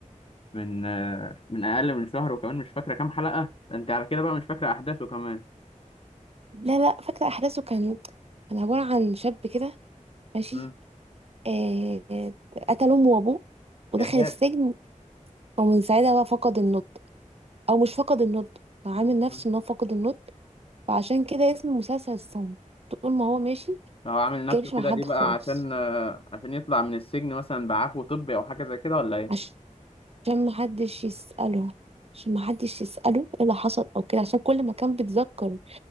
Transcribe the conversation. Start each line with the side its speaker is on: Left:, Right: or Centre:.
Left: من من اقل من شهر وكمان مش فاكره كام حلقه ده انت على كده بقى مش فاكره احداثه كمان
Right: لا لا فاكره احداثه كان كان عباره عن شاب كده ماشي
Left: امم
Right: آه آه، قتل امه وابوه ودخل
Left: يا ساتر
Right: السجن ومن ساعتها بقى فقد النطق او مش فقد النطق هو عامل نفسه
Left: مم.
Right: ان هو فقد النطق فعشان كده اسم المسلسل الصمت طول ما هو ماشي
Left: هو عامل نفسه
Right: متجايبش مع
Left: كده
Right: حد
Left: ليه بقى
Right: خالص
Left: عشان آه، عشان يطلع من السجن مثلا بعفو طبي او حاجه زي كده ولا
Right: عشان محدش يسأله عشان محدش يسأله ايه اللي حصل او كده عشان كل ما كان بيتذكر